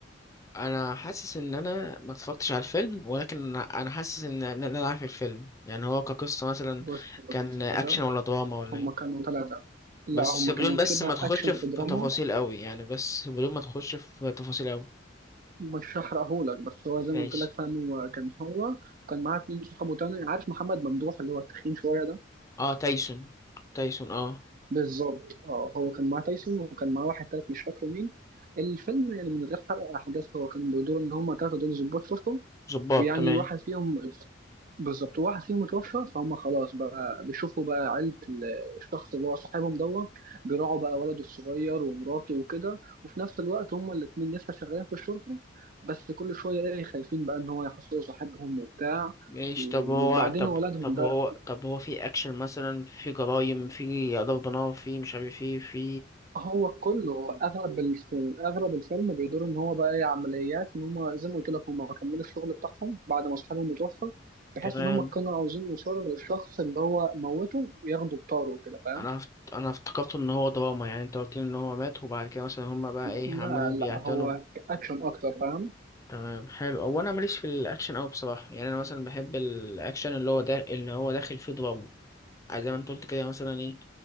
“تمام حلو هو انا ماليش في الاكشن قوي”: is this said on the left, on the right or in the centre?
Left